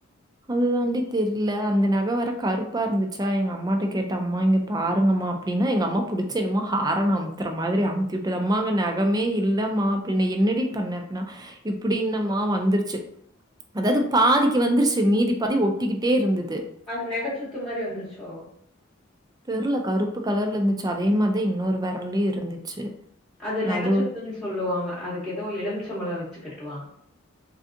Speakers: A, on the right; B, in the centre.
A: அதுதாண்டி தெரியில அந்த நக வேற கருப்பாக இருந்துச்சா எங்க அம்மாட்ட கேட்டேன் அம்மா இங்கே பாருங்கம்மா அப்படின்னா எங்க அம்மா பிடிச்ச என்னமோ ஹாரன் அமுத்துற மாதிரி அமுத்தி விட்டது அம்மா அங்க நகமே இல்லை மா பின்ன என்னடி பண்ண அப்பிடீன்னா இப்படின்னம்மா வந்துருச்சு அதாவது பாதிக்கு வந்துருச்சு மீதி பாதி ஒட்டிக்கிட்டே இருந்தது
B: அது நகச்சுத்து மாதிரி வந்துருச்சோ
A: தெறில கருப்பு கலர்ல இருந்துச்சு அதே மாதிரி இன்னொரு விரல்லே யு இருந்துச்சு
B: அது நகச்சுத்துன்னு
A: நடு
B: சொல்லுவாங்க அதுக்கு ஏதோ எலுமிச்சம்பழோ வச்சு கட்டுவாங்க